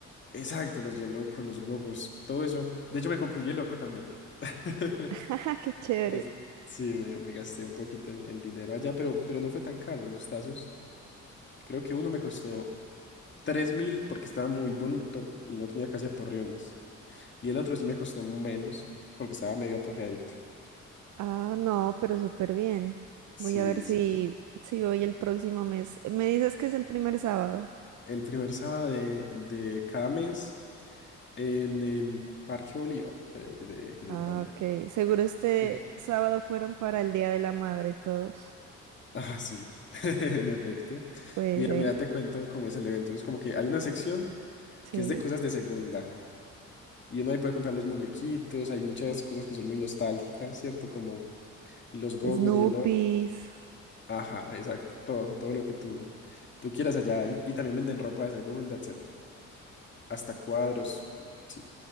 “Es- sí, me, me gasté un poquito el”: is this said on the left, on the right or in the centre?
Left